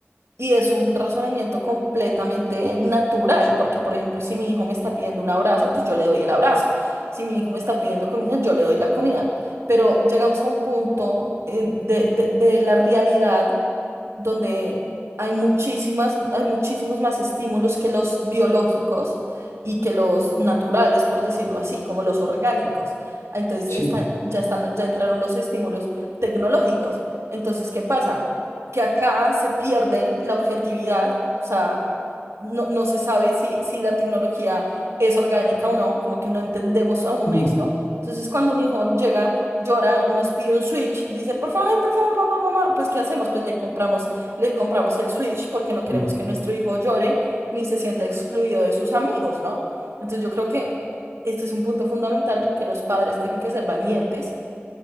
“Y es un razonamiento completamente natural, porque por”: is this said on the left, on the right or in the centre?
Right